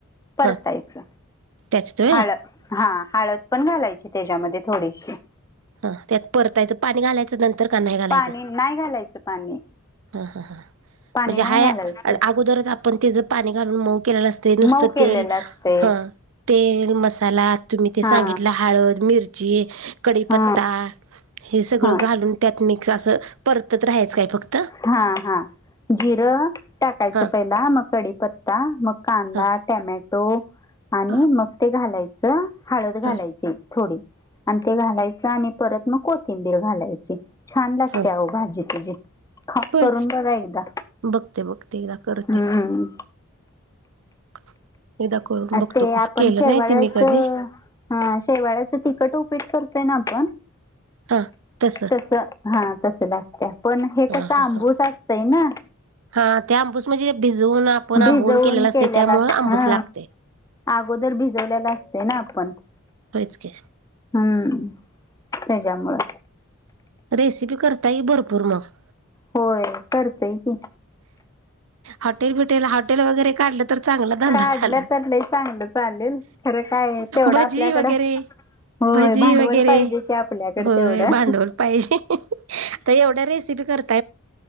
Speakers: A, on the left (about 15°); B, on the right (about 70°).
A: परतायच
B: हा त्याच्यात व्हय
A: हळ हा हळद पण घालायची त्याच्यामध्ये थोडीशी
B: हा त्यात परतायचं पाणी घालायचं नंतर का नाही घालायचं
A: पाणी नाही घालायचं पाणी
B: हा हा हा
A: पाणी
B: म्हणजे
A: नाही
B: हा
A: घालायचं
B: अगोदरच आपण तेच पाणी घालून मऊ केलेलं न असते नुसतं
A: मऊ केलेलं
B: तेल
A: असते
B: ह तेल मसाला तुम्ही ते
A: हा
B: सांगितलं हळद मिरची कडीीपत्ता
A: हा
B: पता हे सगळं
A: हा
B: घालून त्यात मिक्स असं परतत राहायचं काय फक्त
A: हा हा जिरं टाकायचं
B: हा
A: पहिला मग कडीीपत्ता मग कांदा
B: हा
A: टॅमॅटो आणि
B: हा
A: मग ते घालायचं हळद घालायची
B: हा
A: थोडी आणि ते घालायचं आणि परत मग कोथिंबीर घालायची छान लागतेह
B: हा
A: भाजी तुझी खप
B: होय
A: करून बघ एकदा
B: बघते बघते एकदा करते
A: हम्म
B: <inaudible> करून बघतो
A: ते आपण
B: केलं
A: शेवाळ्याच
B: नाही ते मी कधी
A: हा शेवाळ्याचं तखट उ करय आप
B: हा तस
A: त हा तस लागते पण
B: हा
A: हे कसं
B: हा
A: आंबूस
B: हा
A: असतंय ना.
B: हा ते आंबूस म्हणजे भिजवून आपण आंबवून
A: भिजवून
B: असते
A: केलेला.
B: त्यामुळे आंबूस
A: हा.
B: लागते
A: अगोदर भिजवलेला असते ना आपण.
B: होयच की
A: हम्म तेच्या मुळं.
B: रेसिपी करताये भरपूर मग.
A: होय करतंय की.
B: हॉटेल बिटेल हॉटेल वगैरे काढलं, तर चांगला धंदा
A: काढलं
B: चालल.
A: तर लय चांगलं चालेल खरं काय आहे, तेवढं
B: भजी
A: आपल्याकडं
B: वगैरे
A: होय
B: भजी
A: भांडवल
B: वगैरे
A: पाहिजे की आपल्याकडे
B: होय,
A: तेवढं
B: भांडवल पाहिजे. आता एवढ्या रेसिपी करत